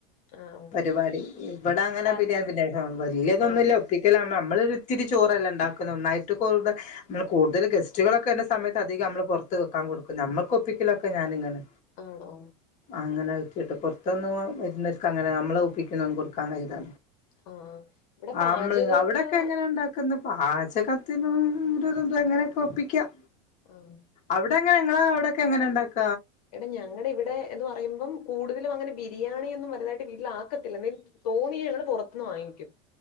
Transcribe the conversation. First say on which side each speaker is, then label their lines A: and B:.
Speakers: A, on the left (about 75°); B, on the left (about 40°).
A: ആഹ് ഓക്കെ
B: പരിപാടി
A: ഓക്കെ
B: ഇവിടെ അങ്ങനെ
A: കാരണം
B: ബിരിയാ പിന്നെ വല്ല്യ ഇതൊന്നുല്ല
A: ആഹ്
B: ഒപ്പിക്കലാ നമ്മളൊരു ഇത്തിരിചോറ്ല്ലേഇണ്ടാക്കുന്ന ഒന്നായിട്ട് കൂടുത നമ്മ കൂടുത ഗസ്റ്റുകളൊക്കെള്ളസമയത്ത് അധികംനമ്മള് പുറ ത്ത് വെക്കാൻ കൊടുക്കും ഞമ്മൾക്ക് ഒപ്പിക്കലൊക്കെ ഞാനിങ്ങനെ
A: ആണോ
B: അങ്ങനെപൊറത്ത് ത്തൂന്ന് വരുന്നൊര്ക്ക്ങ്ങനെ നമ്മളെഒപ്പിക്കല് അങ്ങനെന്നും കൊടുക്കാകഴിയൂല
A: ആഹ് ഇവിടെ
B: ആ
A: പാചകൊക്കെ
B: അമ്മള് അവിടൊക്കെ എങ്ങനെ ഇണ്ടാക്കുന്ന പാചകം <unintelligible> ഒരുവിധം എന്തുവാ ഇങ്ങനെയൊക്കെ ഒപ്പിക്കാം
A: ആഹ്
B: അവിടെ എങ്ങനെങ്ങളാ അവിടെ എങ്ങനെക്കെയാഇണ്ടാക്ക്
A: എടാ ഞങ്ങടെ ഇവിടെ എന്ന് പറയുമ്പം കൂടുതലും അങ്ങനെ ബിരിയാണിയൊന്നും വലുതായിട്ട് വീട്ടിലാക്ക ക്കത്തില്ലന്നെ തോന്നിയാ ഞങ്ങള് പുറത്ത്ന്ന് വാങ്ങിക്കും